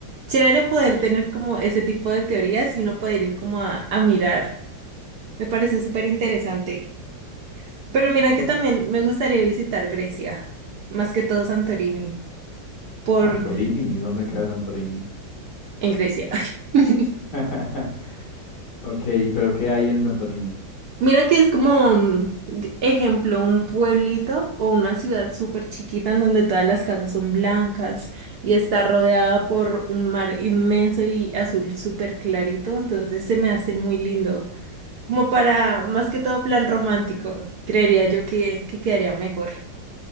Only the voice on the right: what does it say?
chévere poder tener como ese tipo de teorías y uno poder ir como a, a mirar. Me parece súper interesante. Pero mira que
también me gustaría visitar Grecia, más que todo Santorini, por
en Grecia. <laughs>
Mira que es como, mm, d- ejemplo, un pueblito o una ciudad súper chiquita en donde todas las casas son blancas y está rodeada por un mar inmenso y azul súper clarito, entonces se me hace muy lindo, como para más que todo plan romántico, creería yo que, que quedaría mejor.